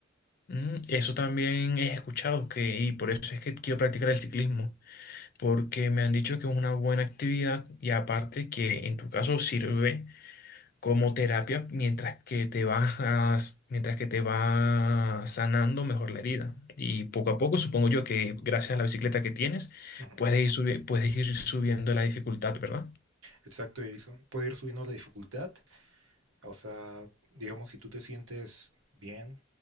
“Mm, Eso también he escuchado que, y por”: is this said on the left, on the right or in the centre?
Left